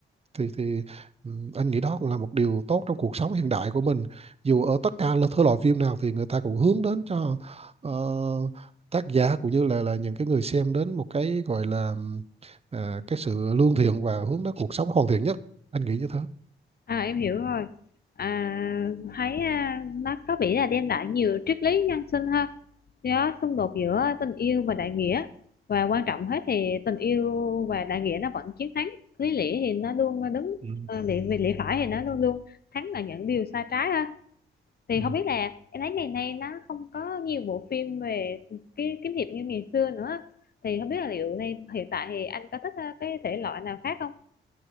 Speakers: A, on the right; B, on the left.
A: thì thì ừ, anh nghĩ đó cũng là một điều tốt trong cuộc sống hiện đại của mình dù ở tất cả là thể loại phim nào thì người ta cũng hướng đến cho ờ, tác giả cũng như là là những cái người xem đến một cái gọi là ừm, à, cái sự lương thiện và hướng đến cuộc sống hoàn thiện nhất anh nghĩ như thế
B: à, em hiểu rồi à, thấy à, nó có vẻ là đem lại nhiều triết lý nhân sinh hơn do xung đột giữa tình yêu và đại nghĩa và quan trọng hết thì tình yêu và đại nghĩa nó vẫn chiến thắng lý lẽ thì nó luôn đứng
A: Ừ.
B: ờ, lý về lẽ phải thì nó luôn luôn thắng là những điều sai trái ha thì
A: Ừ.
B: không biết là em thấy ngày nay nó không có nhiều bộ phim về cái kiếm hiệp như ngày xưa nữa thì không biết là liệu nay hiện tại thì anh có thích ờ, cái thể loại nào khác không